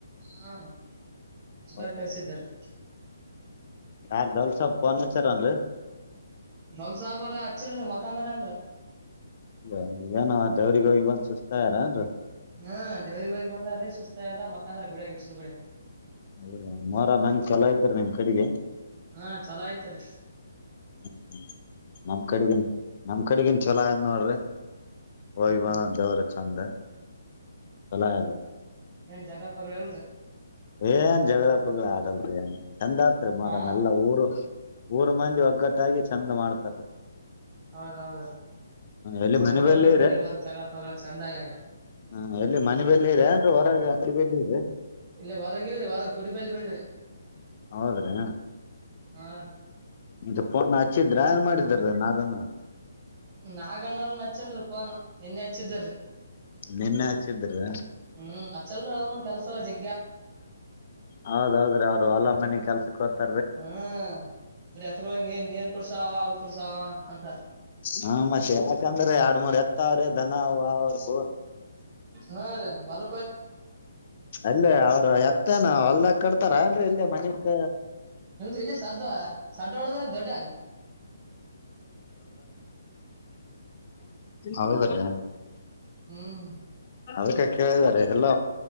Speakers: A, on the right (about 30°); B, on the left (about 45°).
A: ಹಾ ಅವ್ರ
B: ಹೌದ
A: ತರ್ಸಿದ್ರಿ
B: ಯಾರ ದೌಲ್ಸ ಪರ್ನಚರ್ ಅನ್ರರಿ.
A: ಲ್ ಸಾಹಬ ಅವರ ಹಚ್ಚಿಲ್ರಿ ಮಕಾಂದಾರ ಅನ್ರಿ.
B: ಇಲ್ಲ ಏನೋ ದೇವ್ರಗ ಹೋಗಿ ಬಂದ ಸುಸ್ತಾಾರನ್.
A: ಹ್ಮ ದೇವ್ರ ಗಗ್ ಬಂದಾರೀ ಸುಸ್ತದ ಮಕ್ಕಾಂದ್ರ ಗುಡಿಯಸುರ್ ಗುಡ.
B: ಹೌದಾ ಮೋರ ಮಂಗ್ ಚಲೋಯತರಿ ನಿಮ್ ಕಡೆಗೆ.
A: ಹಾ ಚಲೋ ಆಯ್ತ್ರಿ.
B: ಹ್ಮ್ ನಮ್ ಕಡೆಗನ್ ನಮ್ ಕಡೆಗನ್ ಚಛಲೋ ಏ ನೋಡ್ರಿ. ಹೋಗಿ
A: ಹ್ಮ್
B: ಬ
A: ಹ್ಮ್
B: ದವರು ಚಂದ ಚಲ ಇ.
A: ನ ಜಗ ಪಗಳ ಅಲ್ರರಿ.
B: ಏನ್ ಜಗಳಪ್ಪು ಆಡಲ್ ಏನ್ ಚಂದಾತ್ ಮರಮ
A: ಹಾ
B: ಎಲ್ಲ ಊರು. ಊರ್ ಮಂದಿ ಒಗ್ಗಟ್ಟಾಗಿ ಚೆಂದ ಮಾಡ್ತಾರ.
A: ಹೌದೌದ ರೀ
B: ಎಲ್ಲಿ
A: ನಮ್ಮರಾಗ
B: ಮನೆ ಬಲ್ಲಿ
A: ನಿಂದಿ ವಾರ ಜಗಳ ಪಗಳ ಚಂದ ಆಗ್ಯದ.
B: ಹಾ ಎಲ್ಲಿ ಮನೆ ಬೆಲ್ಲ ಇರ ಅಂದ ಹೊರಗೆ ಅಂಗಡಿ ಬೆಲ್ಲ ಇದೆ.
A: ಇಲ್ಲ ವರಗೆವರ ವರ ಕುಡಿಬಾಲಿ ಬನ್ನಿವರ
B: ಹೌದ್ರಿ
A: ಹ.
B: ಮತ್ತೆ ಪೂರ್ಣ ಹಚ್ಚಿದ್ರಾಯಏನ್ ಮಾಡಿದ ನಾಗನ.
A: ನಾಗಣ್ಣ ಅವ್ರ ನಚ್ಚಲ್ರಿ ಪೋನ್ ನಿನ್ನೆ ಹಚ್ಚಿದ್ರರಿ.
B: ನಿನ್ನೆ ಹಚ್ಚಿದ್ರಿ
A: ಹ್ಮ್ ಅಚ್ಚಲ್ರೀ ಅವ್ನೊನ್ ಕೆಲ್ಸಜಿ.
B: ಹೌದೌದ್ರೀ ಅವರು ಹೊಲ ಮನೆ ಕೆಲ್ಸಕ್ಕೆ ಹತ.
A: ಹ್ಮ್ ಬರಿ ಎತ್ಗ ನೀ ನೀರ್ ಕುೂಡ್ಸಾವ ಅವು ಕುೂಡ್ಸಾವ ಅಂತಾರ.
B: ಹ ಮತ್ತೆ ಯಾಕಂದ್ರೆ ಎರ ಮೂರ್ ಎತ್ತ ಅವ್ರಿ ದನ ಅವ್ರು.
A: ಹಾ ರ ವಾಲ
B: ಅಲ್ಲೇ ಅವರು ಎತ್ತೇನ ಹೊಲ್ದ ಕಡ್ತಾರ ಏನ್ ಇಲ್ಲೇ ಮನತ್ತ
A: ಇಲ್ಲಿ ಸ ಸದ್ದವಾಡದ್ರ ದೊಡ್ಡ ಆಗ
B: ಹೌದೀ
A: ಹ್ಮ್
B: ಅದಕ್ಕೆ ಕೇಳಿದಾರೆ ಎಲ್ಲ